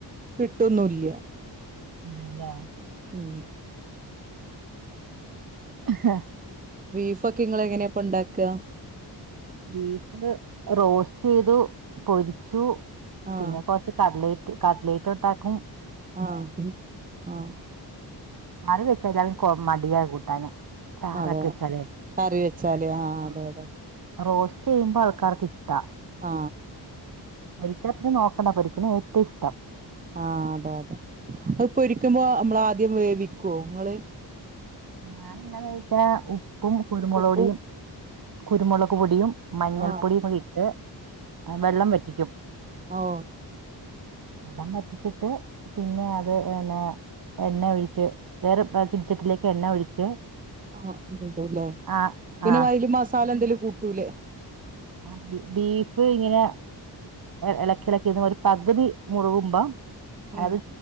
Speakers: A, on the right; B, on the right.
A: കിട്ടൊന്നില്ല
B: അതല്ല
A: ഉം
B: ആ
A: ബീഫ ഒക്കെ ഇങ്ങള് എങ്ങനെയപ്പ ഉണ്ടാക്കുക
B: ബീഫ് റോസ്റ്റ് ചെയ്തു പൊരിച്ചു
A: ആഹ്
B: പിന്നെ കൊറച്ച് കടലറ്റ് കടലേറ്റ് ഇട്ടാക്കും
A: ആആ
B: കറി വെച്ചട്ട എല്ലാർക്കും മടിയ കൂട്ടാന് ചാറാക്കി
A: അവോ
B: വെച്ചാലേ
A: കറി വെച്ചാല് ആ അതെ
B: ഉം
A: അതെ.
B: റോസ്റ്റ് ചെയ്യുമ്പോൾ ആൾക്കാർക്ക് ഇഷ്ടാ.
A: ആ
B: പൊരിച്ച പിന്നെ നോക്കണ്ട പരിക്കണ ഏറ്റവും ഇഷ്ടം.
A: ആ അതെ അതെ അത് ഇപ്പൊരിക്കുമ്പോ നമ്മള ആദ്യം വേവിക്കുവോ നിങ്ങള്.
B: ഞൻ എ എന്നാ വോഴിച്ച ഉപ്പും കുരുമുളോടിയും.
A: ഉപ്പും
B: കുരുമുളക് പൊടിയും മഞ്ഞൾപ്പൊടിയും
A: ആഹ്
B: ഇട്ട് വെള്ളം വറ്റിക്കും.
A: ആ
B: വെള്ളം പറ്റിച്ചിട്ട് പിന്നെ അത് ന്നെ എണ്ണ ഒഴിച്ച് വേറെ പതിരിച്ചട്ടിലേക്ക് എണ്ണ ഒഴിച്ച്.
A: ആ ഇണ്ടല്ലേ
B: ആ
A: പിന്നെ
B: ആ
A: വയല് മസാല എന്തേലും കൂട്ടൂലേ?
B: ആ ബീഫ് ഇങ്ങനെ ഇളക്കിളക്കിന്ന ഒരു പകുതി മുറുകുമ്പോ
A: ഉം
B: അത്